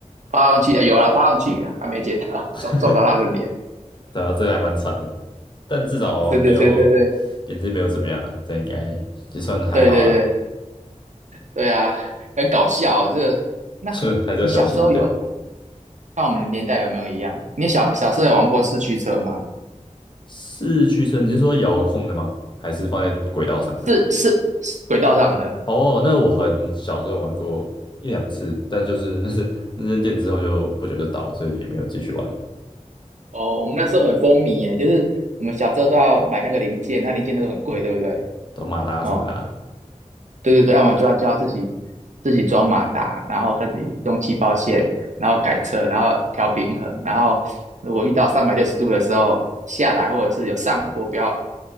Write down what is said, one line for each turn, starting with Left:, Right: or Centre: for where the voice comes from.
Right: 抛上去有啦，抛上去啦，还没接到，
Left: <laughs>
Right: <laughs> 撞撞到他的脸，
Left: 对啊，这个还蛮惨的，但至少没有
Right: 对对对对对。
Left: 眼睛没有怎么样啊，这应该也算还好啦。
Right: 对对对对啊，很搞笑哦这那你小时候有
Left: <laughs> 是还是要小心一点。
Right: 看我们的年代有没有一样？你小小时候有玩过四驱车吗？
Left: 四驱车，你是说遥控的吗？还是放在轨道上的？
Right: 是是是轨道上的
Left: 哦，那我很小时候玩过一两次，但就是那是 <laughs> 那间店之后就不久就倒了，所以也没有继续玩。
Right: 哦。我们那时候很风靡耶，就是我们小时候都要买那个零件，那零件那个很贵，对不对？
Left: 到马达什么的啊，
Right: 哦，对对对，要么就要就要自己自己装马达，然后自己用气泡线，然后改车，然后调平衡，然后如果遇到三百六十度的时候下来，或者是有上坡，不要